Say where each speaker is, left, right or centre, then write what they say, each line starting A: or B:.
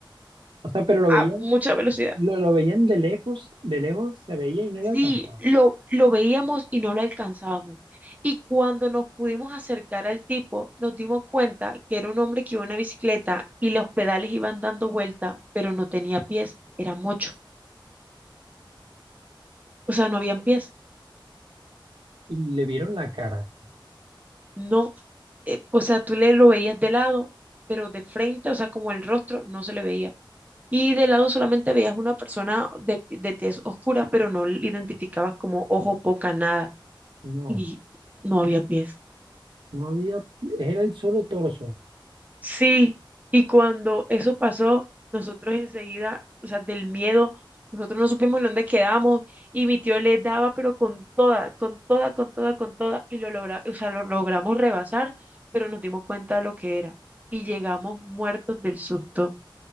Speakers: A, on the right (about 75°); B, on the right (about 20°).
A: O sea, pero lo
B: a
A: veían,
B: mucha velocidad.
A: lo, lo veían de lejos, de lejos se veía y no lo alcanzaban.
B: Sí, lo, lo veíamos y no lo alcanzábamos. Y cuando nos pudimos acercar al tipo, nos dimos cuenta que era un hombre que iba en una bicicleta y los pedales iban dando vuelta, pero no tenía pies, era mocho, o sea, no habían pies.
A: Y le vieron la cara.
B: No eh, o sea, tú le lo veías de lado, pero de frente, o sea, como el rostro, no se le veía. Y de lado solamente veías una persona de, de tez oscura, pero no le identificabas como ojo, poca, nada.
A: No,
B: Y no había pies.
A: no había, pi- era el solo torso.
B: Sí, y cuando eso pasó, nosotros enseguida, o sea, del miedo, nosotros no supimos en dónde quedamos y mi tío le daba, pero con toda, con toda, con toda, con toda, y lo logra, o sea, lo logramos rebasar, pero nos dimos cuenta de lo que era y llegamos muertos del susto.